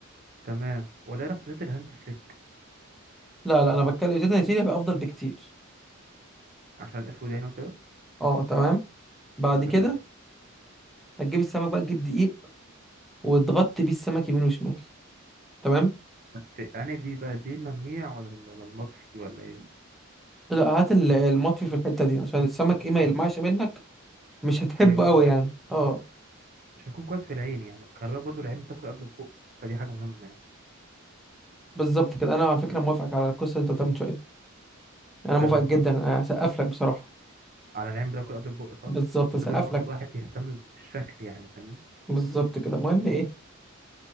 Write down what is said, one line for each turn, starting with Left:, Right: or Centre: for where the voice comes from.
Right: تمام ولا إيه رايك في زيت الهانز فليك
Centre: لا لا انا بتكلم زيت النيجيري بقى افضل بكتير
Right: عشان الاسود يعني وكده
Centre: اه تمام بعد كده
Right: تمام
Centre: هتجيب السمك بقى تجيب دقيق وتغطي بيه السمك يمين وشمال تمام
Right: بس انا دي بقى دي اللميع ولا ال- ولا المطفي ولا ايه
Centre: لا هات ال- المطفي في الحتة دي عشان السمك ايه ما يلمعش منك مش هتحبه
Right: فيقوم
Centre: قوي يعني اه
Right: مش هيكون كويس في العين يعني خلي بالك برضه العين بتاكل قبل البق فدي حاجه مهمه يعني
Centre: بالظبط كده انا على فكره موافقك على القصه اللي انت قلتها من شويه دي. انا
Right: تمام
Centre: موافقك جدا
Right: كم
Centre: انا هسقف لك بصراحه
Right: على العين بتاكل قبل البق صح
Centre: بالظبط هسقف
Right: لازم برضه
Centre: لك
Right: الواحد يهتم بالشكل يعني فاهمني
Centre: بالظبط كده المهم ايه